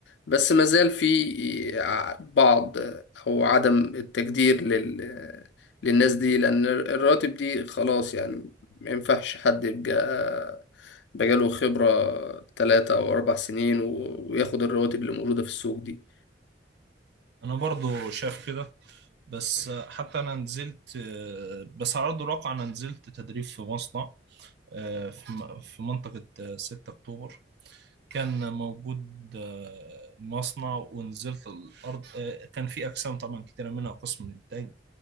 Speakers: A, on the left; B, on the right.
A: بس ما زال في ع- بعض أو عدم التقدير لل آه، للناس دي لأن الرواتب دي خلاص يعني ما ينفعش حد يبقى بقاله خبرة تلاتة أو أربع سنين و- وياخد الرواتب اللي موجودة في السوق دي
B: أنا برضو شايف كده بس آه، حتى انا نزلت آه، بس على ارض الواقع انا نزلت تدريب في مصنع آه، في م- في منطقة آه، 6 أكتوبر كان موجود آه، مصنع ونزلت الأرض آه، كان في أقسام طبعا كتيرة منها قسم الإنتاج